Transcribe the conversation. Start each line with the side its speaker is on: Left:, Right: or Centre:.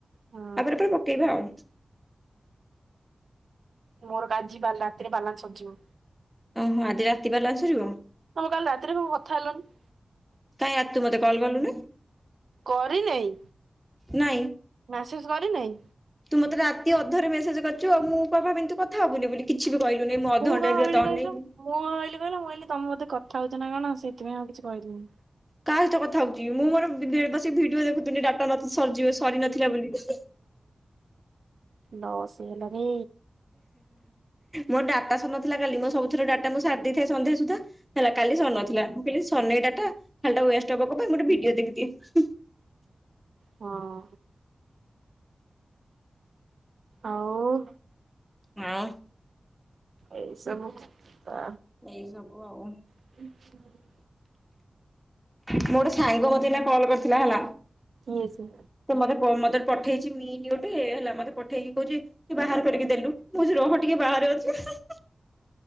Right: ହଁ।
Centre: ପରେ ପରେ ପକେଇବା ଆଉ।
Right: ମୋର କା ଆଜି ବା ରାତିରେ ବାଲାନ୍ସ ସରିଯିବ।
Centre: ଉଁ ହୁଁ ଆଜି ରାତି ବାଲାନ୍ସ ସରିବ।
Right: ତମେ କାଲି ରାତିରେ କଁ କଥା ହେଲନି।
Centre: କାଇଁ ଆ ତୁ ମୋତେ କଲ୍ କଲୁନି।
Right: କରି ନେଇ
Centre: ନାଇଁ।
Right: ମସେଜ କରି ନେଇ।
Centre: ତୁ ମତେ ରାତି ଅଧରେ ମେସେଜ କରୁଛୁ ମୁଁ ପା ଭାବିଲି ତୁ କଥା ହେବୁନି ବୋଲି। କିଛି ବି କହିଲୁନି ମୁଁ ଅଧଘଣ୍ଟାରେ
Right: କଣ ଭାବିଲି
Centre: ତତେ ଅନେଇଲି।
Right: କହିଲ ମୁଁ ଭାବିଲି କହିଲ ମୁଁ କହିଲି ତମ ବୋଧେ କଥାଉଛି ନା କଣ ସେଇଥି ପାଇଁ ଆଉ କିଛି କହିଲିନି।
Centre: କାହା ସହିତ କଥା ହଉଛି ମୁଁ ମୋର ବସି ଭିଡିଓ ଦେଖୁଥିଲି ଡାଟା ସରିଯିବେ ସରି ନଥିଲା ବୋଲି।
Right: ଲସ୍ ହେଇଗଲା ରେ।
Centre: ମୋର ଡାଟା ସରି ନଥିଲା କାଲି ମୋ ସବୁଥର ଡାଟା ମୁଁ ସାରି ଦେଇଥାଏ ସନ୍ଧ୍ୟା ସୁଦ୍ଧା। ହେଲା କାଲି ସରିନଥିଲା ମୁଁ କହିଲି ସରିନେଇ ଡାଟା ଖାଲିଟା ୱେଷ୍ଟ ହବ କଣ ପାଇଁ ଗୋଟେ ଭିଡିଓ ଦେଖିଦିଏ।
Right: ହଁ ଆଉ।
Centre: ହଁ।
Right: ଏଇ ସବୁ ତ‌।
Centre: ଏଇ ସବୁ ଆଉ।
Right: ଆଛା।
Centre: ମୋର ଗୋଟେ ସାଙ୍ଗ ମତେ ଏଇନା କଲ୍ କରିଥିଲା ହେଲା।
Right: କିଏ ସେ।
Centre: ତ ମତେ ମତ ପଠେଇଛି ମିନ୍ ଗୋଟେ ହେଲା ମତେ ପ। ପଠେଇକି କହୁଛି କି ବାହାର କରିକି ଦେଲୁ କହୁଛି ରହ ଟିକେ ବାହାରେ ଅଛି। ମୁଁ